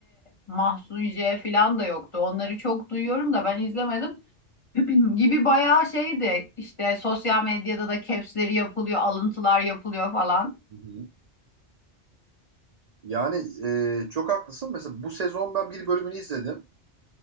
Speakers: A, on the left (about 30°); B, on the right (about 65°).
A: Mahsun J falan da yoktu. Onları çok duyuyorum da ben izlemedim. <clears throat> Gibi bayağı şeydi işte sosyal medyada da caps'leri yapılıyor, alıntılar yapılıyor falan.
B: Hı hı. Yani e, çok haklısın. Mesela bu sezon ben bir bölümünü izledim.